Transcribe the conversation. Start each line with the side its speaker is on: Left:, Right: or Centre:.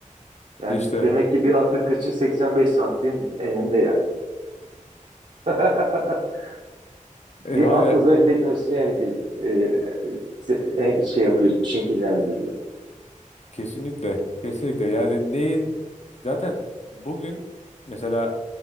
Right: Yani
Left: İşte
Right: demek ki bir atın kıçı 85 santim eninde yani. <laughs> bir
Left: e, vay
Right: alt
Left: be
Right: uzay teknolojisini e, e, e, şey yapıyor, şekillendiriyor.
Left: kesinlikle kesinlikle yani neyin zaten bugün mesela